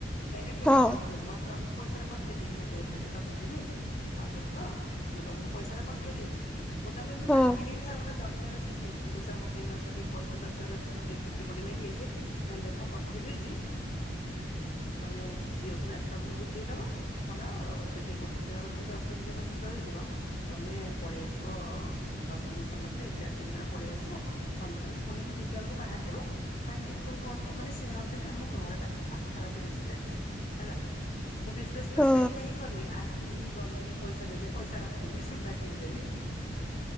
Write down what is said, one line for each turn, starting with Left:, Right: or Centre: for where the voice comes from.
Left: ଡାଇରେକ୍ଟ ଓନର
Centre: ହଁ
Left: ଯିଏ ମୋ ଆକାଉଣ୍ଟକୁ ପଇସାରା ପଠେଇ ଦେଇକିନା କହୁଛନ୍ତି ତପଶୁନି ଆଉ ଦେଖ ମୁଁ ତମକୁ ପଇସାରା ପଠେଇ ଦେଇଛି। ମୁଁ ତାଙ୍କୁ ଏମତି
Centre: ହଁ
Left: ମାଗିନି ବି ସାର୍ ମତେ ଦର ଦରକାର ଅଛି ଦିଅନ୍ତୁ। ମୁଁ କହିଲ ସାର୍ ମୋତେ ଏଇ ମାସରେ ଟିକେ ପଇସା ଦରକାର ଅଛି ମୁଁ ଟିକେ ଛୁଟି ଫୁଟି ନେବି ଇଏ ସିଏ, ନା ଦେଖ ପଠେଇ ଦେଇଛି
Centre: ହୁଁ।
Left: ତମେ ଝିଅକୁ ଦାଶବାବୁଙ୍କୁ ବୁଝେଇଦବ ପଳାଅ ସେଠି ଗୋଟେ ଦିନ ତ ତମେ ଦଶ ଦିନି ଦିନ ଶୁଦ୍ଧ ହେଇଯିବ, ତମେ ପଳେଇ ଆସିବ ଦଶ ଦିନ ସରିଲା ପରେ ଏଗାର ଦିନ ଦିନ ପଳେଇ ଆସିବ। ସନ୍ଧ୍ୟାବେଳକୁ ପୁଣି ଏଠୁ ଦିଟା ବେଳକୁ ବାହାରିଯିବ। ବାହାରି ଯାଇକି ପୁଣି ପହଞ୍ଚିବ ମାନେ ସେ ଭାବଛନ୍ତି ଆମ ଘରଟା ବୋଧେ ପାଖ ଖା କି ଡିଷ୍ଟାନ୍ସ ହେଲା ମୁଁ ବିଶ୍ଵାସ
Centre: ହୁଁ
Left: କର ସେୟା ହିଁ କଲି ଆସିଲି ଗଲି ପଇସା ଦେଲେ ପଇସା ରଖିଦେଲି ସୁନା କିଣିଦେଲି।